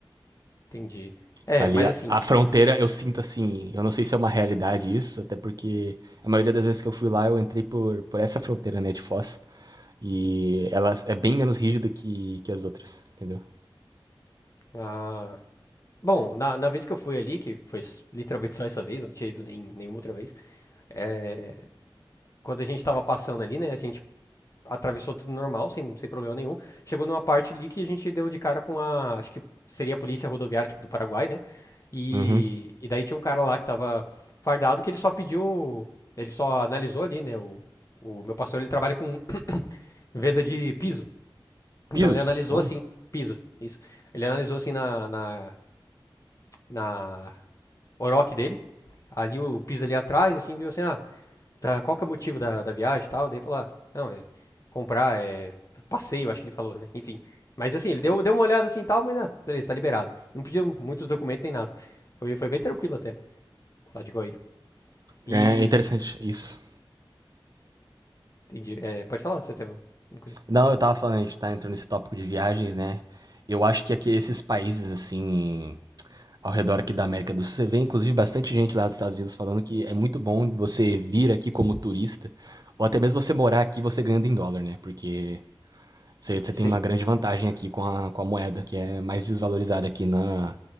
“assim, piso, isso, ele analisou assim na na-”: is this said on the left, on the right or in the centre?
Left